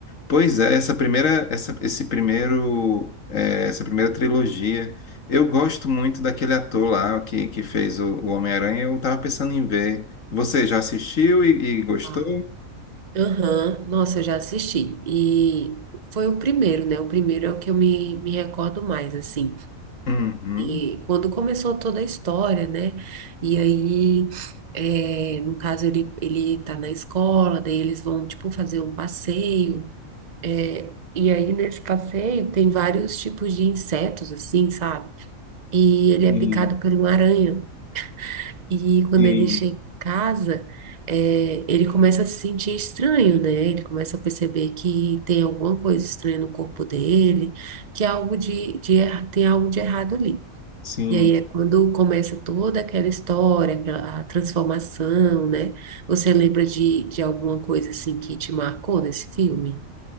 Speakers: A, on the left; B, on the right.
A: pois é, essa primeira, essa, esse primeiro, é, essa primeira trilogia. Eu gosto muito daquele ator lá que, que fez o, o Homem-Aranha. Eu tava pensando em ver. Você já assistiu e, e gostou?
B: Uau. Aham, Nossa, eu já assisti. E foi o primeiro, né? O primeiro é o que eu me, me recordo mais, assim.
A: Uhum.
B: E quando começou toda a história, né? E aí, é, no caso, ele, ele tá na escola, daí eles vão, tipo, fazer um passeio. é, e aí, nesse passeio, tem vários tipos de insetos, assim, sabe? E ele
A: Sim,
B: é picado por uma aranha. E quando
A: sim.
B: ele chega em casa, é, ele começa a se sentir estranho, né? Ele começa a perceber que tem alguma coisa estranha no corpo dele, que há algo de, de, erra- tem algo de errado ali.
A: Sim.
B: E aí é quando começa toda aquela história, aquela- a transformação, né? Você lembra de, de alguma coisa assim que te marcou nesse filme?